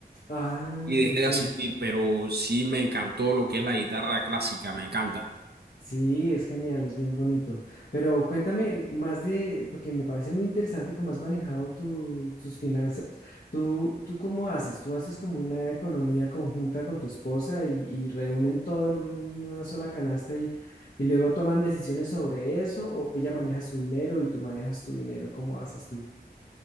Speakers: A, on the left; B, on the right.
A: Ah,
B: y dejé
A: ok.
B: de asistir, pero sí me encantó lo que es la guitarra clásica, me encanta.
A: Sí, es genial, es bien bonito. Pero cuéntame más de, porque me parece muy interesante cómo has manejado tu- tus finanzas. ¿Tú, tú cómo haces? ¿Tú haces como una economía conjunta con tu esposa y, y reúnen todo en una sola canasta y, y luego toman decisiones sobre eso? ¿O ella maneja su dinero y tú manejas tu dinero? ¿Cómo haces tú?